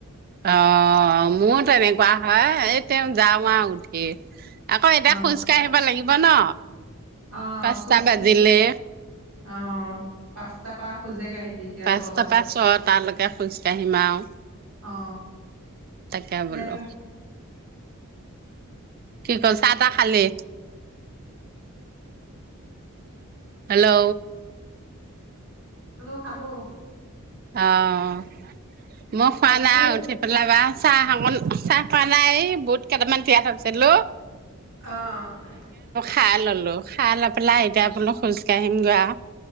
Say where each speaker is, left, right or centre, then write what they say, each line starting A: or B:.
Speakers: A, on the right (about 40°); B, on the right (about 75°).
A: অ' মোৰো তেনেকুৱা হয়। এ তেও যাওঁ আৰু উঠ ঠি। আকৌ এতিয়া
B: অ
A: খোঁজ কাঢ়িব লাগিব ন?
B: অ
A: পাঁচটা
B: খোজ কাঢ়িবি
A: বাজিলে।
B: অ' পাঁচটা পা খোজে কাঢ়িবি এতিয়া
A: পাঁচটা
B: ছটা মান
A: পা ছটালৈকে খোজ কাঢ়িম আও।
B: অ
A: তাকে
B: দে
A: বোলু। কি ক চাহ-তাহ খালি? হেল্ল'।
B: খালোঁ খালোঁ।
A: অ' মই
B: তাকো
A: খোৱা নাই উঠি পেলাই বা চাহ অকন, চাহ খোৱা নাই এই‌ বুট কেইটামান তিয়াই থৈছিলোঁ।
B: অ'।
A: খাই ল'লোঁ। খাই লৈ পেলাই এতিয়া বোলো খোজ কাঢ়িমগে আ।